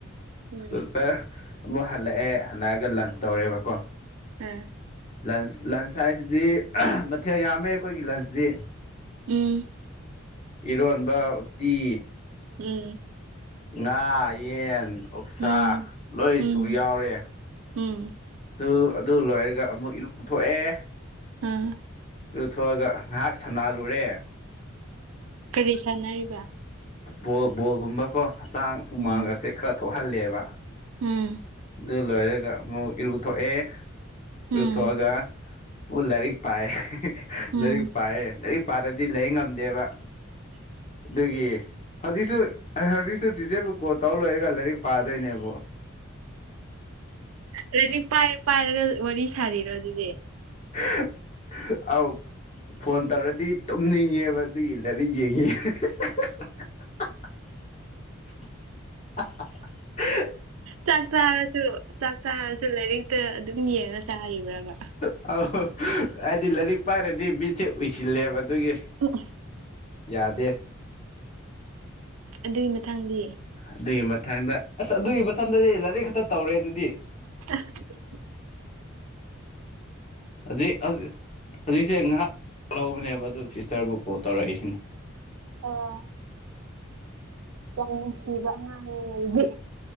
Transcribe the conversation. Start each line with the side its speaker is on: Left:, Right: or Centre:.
Right: ꯎꯝ
Left: ꯁ꯭ꯀꯨꯜ ꯑꯃꯛ ꯍꯜꯂꯛꯑꯦ ꯍꯜꯂꯛꯑꯒ ꯂꯟꯁ ꯇꯧꯔꯦꯕꯀꯣ
Right: ꯎꯝ
Left: ꯂꯟꯁ ꯂꯟꯁ ꯍꯥꯏꯁꯤꯗꯤ ꯃꯊꯦꯜ ꯌꯥꯝꯃꯦ ꯑꯩꯈꯣꯏꯒꯤ ꯂꯟꯁꯇꯤ
Right: ꯎꯝ
Left: ꯏꯔꯣꯟꯕ ꯎꯇꯤ
Right: ꯎꯝ
Left: ꯉꯥ ꯌꯦꯟ ꯑꯣꯛꯁꯥ
Right: ꯎꯝ
Left: ꯂꯣꯏꯁꯨ
Right: ꯎꯝ
Left: ꯌꯥꯎꯔꯦ
Right: ꯎꯝ
Left: ꯑꯗꯨ ꯑꯗꯨ ꯂꯣꯏꯔꯒ ꯑꯃꯨꯛ ꯏꯅꯧ ꯊꯣꯛꯣꯛꯑꯦ
Right: ꯎꯝ
Left: ꯂꯨꯊꯣꯛꯑꯒ ꯉꯥꯏꯍꯥꯛ ꯁꯟꯅꯥꯜꯂꯨꯔꯦ
Right: ꯀꯔꯤ ꯁꯥꯟꯅꯔꯤꯕ
Left: ꯕꯣꯜ ꯕꯣꯜꯒꯨꯝꯕꯀꯣ ꯍꯛꯆꯥꯡ ꯍꯨꯃꯥꯡ
Right: ꯎꯝ
Left: ꯑꯁꯦ ꯈꯔ ꯊꯣꯛꯍꯜꯂꯦꯕ
Right: ꯎꯝ
Left: ꯑꯗꯨ ꯂꯣꯏꯔꯒ ꯑꯃꯨꯛ ꯏꯔꯨꯊꯣꯛꯑꯦ
Right: ꯎꯝ
Left: ꯏꯔꯨꯊꯣꯛꯑꯒ ꯃꯨꯛ ꯂꯥꯏꯔꯤꯛ ꯄꯥꯏꯌꯦ <unintelligible>
Right: ꯎꯝ
Left: ꯂꯥꯏꯔꯤꯛ ꯄꯥꯏꯌꯦ ꯂꯥꯏꯔꯤꯛ ꯄꯥꯗ꯭ꯔꯗꯤ ꯂꯩ ꯉꯝ ꯉꯝꯗꯦꯕ ꯑꯗꯨꯒꯤ ꯍꯧꯖꯤꯛꯁꯨ ꯍꯧꯖꯤꯛꯁꯨ ꯆꯦꯆꯦꯕꯨ ꯀꯣꯜ ꯇꯧꯔ ꯂꯣꯏꯔꯒ ꯂꯥꯏꯔꯤꯛ ꯄꯥꯗꯣꯏꯅꯦꯕ
Right: ꯑꯗꯨꯗꯤ ꯄꯥꯏꯔ ꯄꯥꯏꯔꯒ ꯋꯥꯔꯤ ꯁꯥꯔꯤꯔꯣ ꯑꯗꯨꯗꯤ
Left: <unintelligible> ꯑꯧ ꯐꯣꯟ ꯇꯧꯔꯗꯤ ꯇꯨꯝꯅꯤꯡꯉꯦꯕ ꯑꯗꯨꯒꯤ ꯂꯥꯏꯔꯤꯛ ꯌꯦꯡꯉꯤ <unintelligible> <unintelligible>
Right: ꯆꯥꯛ ꯆꯥꯔꯁꯨ ꯆꯥꯛ ꯆꯥꯔꯁꯨ ꯂꯥꯏꯔꯤꯛꯇ ꯑꯗꯨꯝ ꯌꯦꯡꯉ ꯆꯥꯔꯤꯕ꯭ꯔꯕ
Left: <unintelligible> ꯍꯥꯏꯗꯤ ꯂꯥꯏꯔꯤꯛ ꯄꯥꯏꯔꯗꯤ ꯃꯤꯠꯁꯦ ꯎꯏꯁꯤꯜꯂꯦꯕ ꯑꯗꯨꯒꯤ
Right: <unintelligible>
Left: ꯌꯥꯗꯦ
Right: ꯑꯗꯨꯒꯤ ꯃꯊꯪꯗꯤ
Left: ꯑꯗꯨꯒꯤ ꯃꯊꯪꯗ ꯑꯁ ꯑꯗꯨꯒꯤ ꯃꯊꯪꯗꯗꯤ ꯂꯥꯏꯔꯤꯛ ꯈꯛꯇ ꯇꯧꯔꯦ ꯑꯗꯨꯗꯤ
Right: <unintelligible>
Left: ꯍꯧꯖꯤꯛ ꯍꯧꯖꯤꯛꯁꯦ ꯉꯥꯏꯍꯥꯛ ꯂꯧꯕꯅꯦꯕ ꯑꯗꯨ ꯁꯤꯁꯇꯔꯕꯨ ꯀꯣꯜ ꯇꯧꯔꯛꯏꯁꯤꯅꯤ
Right: ꯑꯣ ꯌꯥꯝ ꯅꯨꯡꯁꯤꯕ ꯑꯉꯥꯡꯅꯤꯅꯦ ꯑꯗꯨꯗꯤ